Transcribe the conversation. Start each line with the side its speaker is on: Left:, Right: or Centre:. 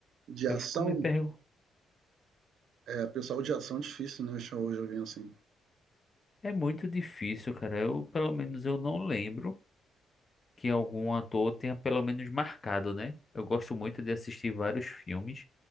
Right: De ação,
Left: Eu fico me perguntando,
Right: é, pessoal de ação é difícil, né, achar hoje alguém assim.
Left: é muito difícil, cara. Eu, pelo menos, eu não lembro que algum ator tenha pelo menos marcado, né? Eu gosto muito de assistir vários filmes,